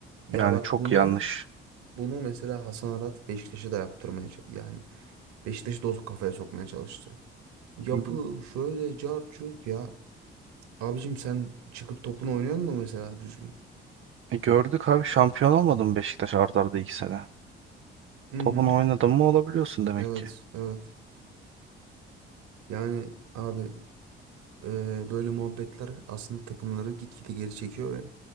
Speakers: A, on the right; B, on the right.
A: Ya
B: Yani
A: bak
B: çok
A: bunu
B: yanlış.
A: bunu mesela Hasan Arat Beşiktaş'a da yaptırmaya ç- yani Beşiktaş'ı da o kafaya sokmaya çalıştı. Yapı
B: Hı hı.
A: şöyle cart curt ya. Abicim sen çıkıp topunu oynuyor musun mesela düzgün?
B: E gördük abi şampiyon olmadı mı Beşiktaş art arda iki sene?
A: Hı hı.
B: Topunu oynadın mı olabiliyorsun demek
A: Evet,
B: ki.
A: evet. Yani abi Ee, böyle muhabbetler aslında takımları gitgide geri çekiyor ve